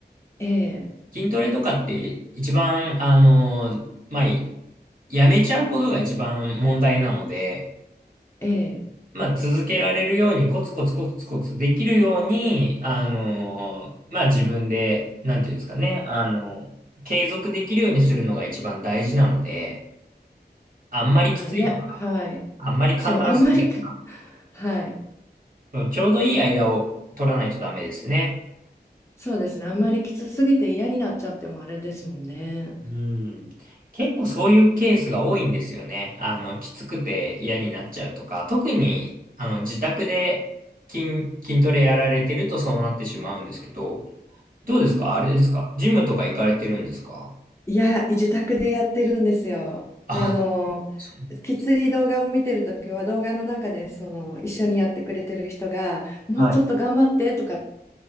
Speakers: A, on the left; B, on the right.
A: ええ、
B: 筋トレとかって一番、あの、まあ、やめちゃうことが一番問題なので、
A: ええ。
B: まあ、続けられるように、コツコツコツコツできるように、あの、まあ、自分で、なんていうんですかね、あの、継続できるようにするのが一番大事なので、あんまりきついとか、
A: まあ、いや、はい。
B: あんまり簡単すぎる。
A: そう、あんまり <laughs> はい。
B: うんちょうどいい間を取らないとダメですね。
A: そうですね。あんまりきつすぎて嫌になっちゃってもあれですもんね。
B: うん。結構そういうケースが多いんですよね。あの、きつくて嫌になっちゃうとか、特に、あの、自宅で筋、筋トレやられてるとそうなってしまうんですけど、どうですかあれですかジムとか行かれてるんですか
A: いや、自宅でやってるんですよ。
B: あ、
A: で、あの、
B: そう。
A: きつい動画を見てるときは、動画の中でその一緒にやってくれてる人が、もうちょっと頑張ってとか
B: はい。